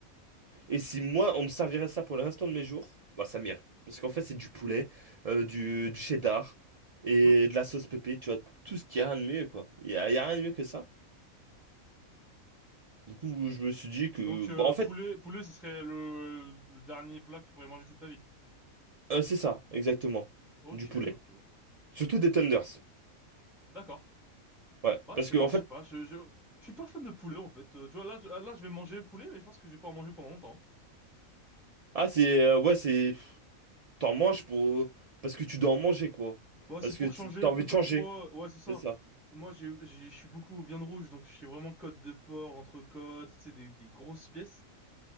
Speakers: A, on the right; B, in the centre.
A: Et si moi, on me servirait ça pour le restant de mes jours, bah ça m'irait. Parce qu'en fait, c'est du poulet, euh, du, du cheddar et
B: mhm.
A: de la sauce pépé, tu vois, tout ce qu'il y a rien de mieux, quoi. Il y a, il y a rien de mieux que ça. Du coup,
B: C'est-
A: je me suis dit que...
B: Donc euh,
A: Bah en fait,
B: poulet, poulet, ce serait le, le dernier plat que tu pourrais manger toute ta vie.
A: euh, c'est ça, exactement.
B: Ok,
A: Du poulet.
B: ok.
A: Surtout des tenders.
B: D'accord.
A: Ouais,
B: Ouais,
A: parce
B: chez
A: que
B: moi,
A: en fait...
B: je sais pas. Je, je, je suis pas fan de poulet en fait. Euh, tu vois, là, je, là, je vais manger poulet, mais je pense que je vais pas en manger pendant longtemps.
A: Ah, c'est... euh, ouais, c'est... T'en manges pour... Parce que tu dois en manger, quoi.
B: Bah c'est
A: Parce que
B: pour
A: t-
B: changer,
A: t'as
B: un
A: envie
B: peu
A: de
B: comme
A: changer,
B: toi. Ouais, c'est ça.
A: c'est ça.
B: Moi, j'ai, j'ai- je suis beaucoup viande rouge, donc je suis vraiment côte de porc, entrecôte, tu sais, des, des grosses pièces.